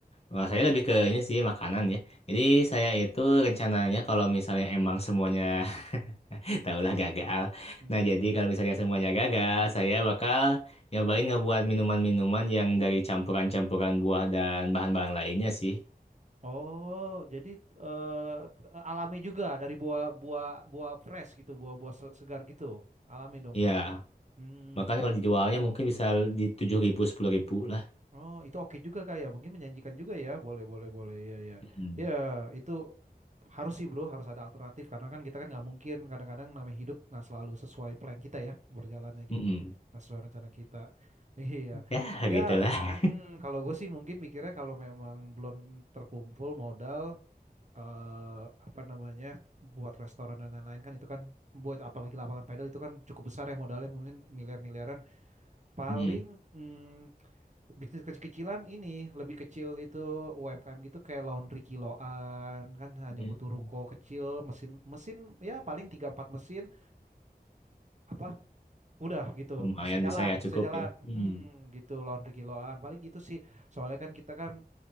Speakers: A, on the left; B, on the right.
A: wah, saya lebih ke ini sih makanan ya. Jadi
B: Mm-mm.
A: saya itu rencananya kalau misalnya emang semuanya <laughs> Taulah gagal.
B: Mm-mm.
A: Nah, jadi kalau misalnya semuanya gagal, saya bakal nyobain ngebuat minuman-minuman yang dari campuran-campuran buah dan bahan-bahan lainnya sih.
B: oh jadi eh, alami juga dari buah buah buah fresh gitu buah-buah se- segar gitu alami dong
A: Iya,
B: bro hmm
A: bahkan kalau dijualnya mungkin bisa di 7.000, ribu, sepuluh ribu lah.
B: Oh, itu oke juga kak ya. Mungkin menjanjikan juga ya. Boleh, boleh, boleh. Ya, ya.
A: Mm-mm.
B: Ya, itu harus sih bro, harus ada alternatif. Karena kan kita kan nggak mungkin kadang-kadang namanya hidup nggak selalu sesuai plan kita ya. Berjalannya
A: Mm-mm.
B: gitu. Nggak sesuai rencana kita. <laughs> Iya.
A: Ya,
B: Ya,
A: gitulah.
B: mm-mm. Kalau gue sih mungkin mikirnya kalau memang belum terkumpul modal, eh apa namanya, buat restoran dan lain-lain kan itu kan, buat apalagi lapangan pedal itu kan cukup besar ya modalnya mungkin miliar-miliaran. Paling...
A: Mm-mm.
B: mm, Bisnis kecil-kecilan ini lebih kecil itu UMKM gitu kayak laundry kiloan kan hanya
A: Mm.
B: butuh ruko kecil mesin mesin ya paling tiga empat mesin apa udah gitu
A: Lumayan
B: bisa jalan
A: bisa ya,
B: bisa
A: cukup
B: jalan
A: ya. Mm.
B: Mm, gitu laundry kiloan paling gitu sih soalnya kan kita kan